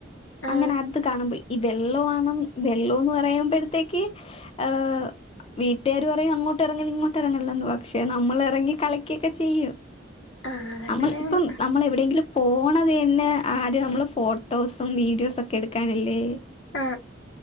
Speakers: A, on the left; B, on the left.
A: ആ
B: അങ്ങനെ അത് കാണാമ്പോയ് ഈ വെള്ളോ ആണ് വെള്ളംന്ന് പറയുമ്പോഴത്തേക്ക് ഏഹ് വീട്ടേര് പറയും അങ്ങോട്ട് ഇറങ്ങല്ല് ഇങ്ങോട്ട് ഇറങ്ങല്ല് പക്ഷേ നമ്മള് ഇറങ്ങി കളിക്കൊക്കെ ചെയ്യും
A: ആ അതങ്ങനെയാണ്
B: നമ്മൾ ഇപ്പം നമ്മൾ എവിടെയെങ്കിലും പോണത് തന്നെ ആദ്യം നമ്മള് ഫോട്ടോസും വീഡിയോസൊക്കെ എടുക്കാനല്ലേ
A: ആ